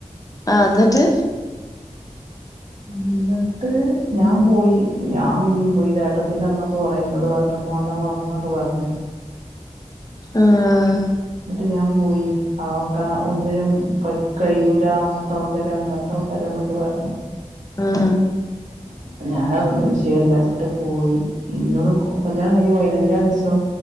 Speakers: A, on the left (about 30°); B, on the right (about 70°).
A: ആ ന്നറ്റ്
B: ഇന്നട്ട് ഞാൻ പോയി ഞാൻ പിന്നിം പോയി ത് ഏട്ടത്തിന്റമ്മക്കെ കൊറേന്നോട് പറഞ്ഞു പോണ്ട പോണ്ടന്നൊക്കെ പർണ്
A: ആഹ്
B: ന്നിട്ട് ഞാൻ പോയി അവുടെ ഒന്നിനും പറ്റ് കയ്യൂല അങ്ങൻത്തെ <unintelligible> ഇങ്ങൻത്താൾക്കാരാന്നൊക്കെ പറഞ്ഞു
A: ആഹ്
B: അപ്പ ഞാനതൊന്നും വിഷയല്ലാച്ചിട്ട് പോയി ഇന്നോട് കല്യാണം കയ്ഞ്ഞ് പയ്നഞ്ചാം ദിവസം